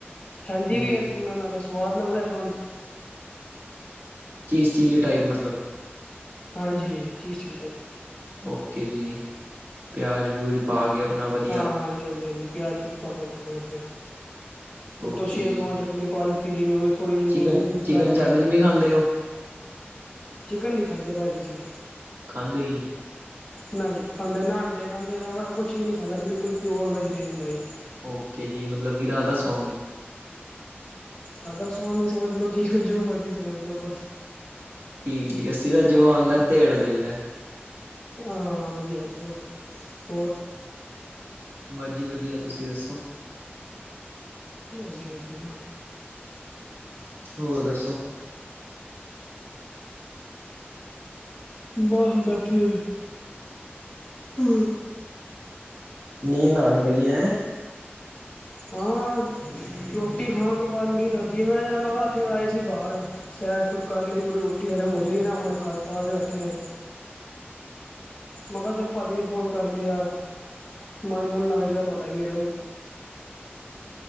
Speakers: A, on the left; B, on the right.
A: ਹੈਲਦੀ
B: ਹਾਂਜੀ
A: ਵੀ ਇਹਨਾਂ ਨਾਲੇ ਸਵਾਦ ਲਗਦਾ ਖਾਣ ਵਿਚ।
B: ਚੀਜ਼ ਚੀਲੀ ਟਾਈਪ ਮਤਲਬ।
A: ਹਾਂਜੀ ਚੀਜ ਚੀਲੀ ਟਾਈਪ।
B: ਓਕੇ ਜੀ ਪਿਆਜ। ਵਿਊਜ ਪਾ ਕੇ ਆਪਣਾ ਵਧੀਆ
A: ਹਾਂ ਹਾਂਜੀ-ਹਾਂਜੀ, ਹਾਂਜੀ ਪਿਆਜ ਹਾਹਾ ਵਧੀਆ ਉੱਤੋ
B: ਓਕੇ
A: ਛੇਂਗਵਾਨ
B: ਜੀ
A: ਚਟਨੀ ਪਾ ਲਈ। <unintelligible>
B: ਚਿਕਨ ਚਿਕਨ
A: ਕਰ ਲੈਣੀ
B: ਚਾਕਨ ਵੀ ਖਾਂਦੇ ਹੋ
A: ਚਿਕਨ ਨੀ ਖਾਂਦੇ ਭਾਜੀ ਅਸੀ।
B: ਖਾਂਦੇ ਹੀ ਨੀ
A: ਨਾ ਜੀ ਖਾਂਦੇ ਨਾ ਅਡੇ ਖਾਂਦੇ ਨਾ ਮ ਕੁਛ ਵੀ ਨੀ ਖਾਂਦਾ ਬਿਲਕੁਲ ਪਿਓਰ ਵੈਜੀੇਟੇਰੀਅਨ ਬਾਈ
B: ਓਕੇ ਜੀ ਮਤਲਬ ਕਿ ਰਾਧਾ ਸਵਾਮੀ
A: ਰਾਧਾ ਸਵਾਮੀ ਸਮਝ ਲੋ ਜੀ ਜੋ ਮਰਜੀ ਸਮਝ ਲੋ ਬੱਸ
B: ਠੀਕ, ਠੀਕ ਅੱਸੀ ਤਾਂ ਜੋ ਆਉਂਦਾ ਧੇੜ ਦੇਈਦਾ।
A: ਹਾਂ ਵਧੀਆ ਚਲੋ ਹੋਰ
B: ਬ ਜੀ ਵਧੀਆ ਤੁਸੀਂ ਦੱਸੋ?
A: ਜੀ ਵਧੀਆ
B: ਹੋਰ ਦੱਸੋ?
A: ਬਸ ਜੀ ਬੈਠੀ ਹੋਈ ਹੂੰ
B: ਨੀਂਦ ਆਣ ਡਈ ਐ ਹੈਂ
A: ਹਾਂ ਰੋਟੀ ਖਾਣ ਤੋਂ ਬਾਅਦ ਨੀਂਦ ਆਂਦੀ ਮੈਂ ਜਰਾ ਮੈਂ ਕਿਹਾ ਇੱਥੇ ਆਏ ਸੀ ਬਾਹਰ ਸੈਰ ਸੂਰ ਕਰ ਲਈ ਥੋੜੀ ਰੋਟੀ ਹਜ਼ਮ ਹੋ ਜੇਗੀ ਨਾ ਹੁਣੇ ਖਾ ਖਾ ਕੇ ਹਟੀ ਆ। ਮੈਂ ਕਿਹਾ ਚੱਲ ਭਾਜੀ ਨੂੰ ਫੋਨ ਕਰ ਲਿਆ ਮਨ ਮੁੱਨ ਲੱਗ ਜਾਏ ਤੁਹਾਡਾ ਹੀ ਮੇਰਾ ਵੀ